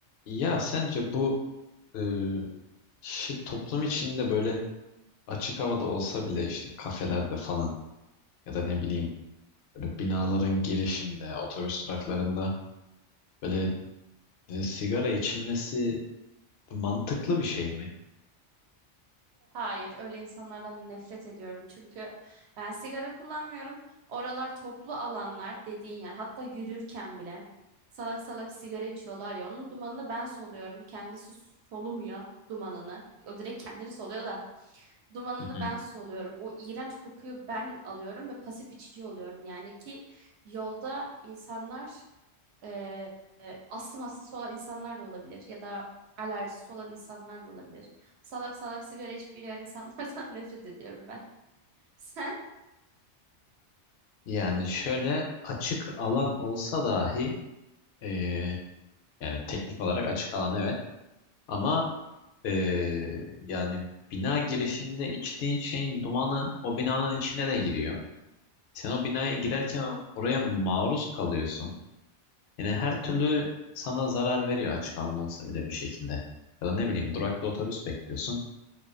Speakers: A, on the left; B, on the right.
A: Ya sence bu e, şi- toplum içinde böyle açık havada olsa bile işte kafelerde falan ya da ne bileyim böyle binaların girişinde, otobüs duraklarında böyle e, sigara içilmesi mantıklı bir şey mi?
B: Hayır, öyle insanlardan nefret ediyorum. Çünkü ben sigara kullanmıyorum. Oralar toplu alanlar dediğin yer. Hatta yürürken bile salak salak sigara içiyorlar ya. Onun dumanını ben soluyorum. Kendisi solumuyor dumanını. O direkt kendini soluyor da dumanını
A: Hı hı.
B: ben soluyorum. O iğrenç kokuyu ben alıyorum ve pasif içici oluyorum. Yani ki yolda insanlar ee, e, astım hastası olan insanlar da olabilir ya da alerjisi olan insanlar da olabilir. Salak salak sigara içip yürüyen insanlardan <laughs> nefret ediyorum ben. Sen?
A: Yani şöyle açık alan olsa dahi e, yani teknik olarak açık alan evet ama e, yani bina girişinde içtiğin şeyin dumanı o binanın içine de giriyor. Sen o binaya girerken oraya maruz kalıyorsun. Yani her türlü sana zarar veriyor açık alan olsa bile bir şekilde. Ya da ne bileyim durakta otobüs bekliyorsun.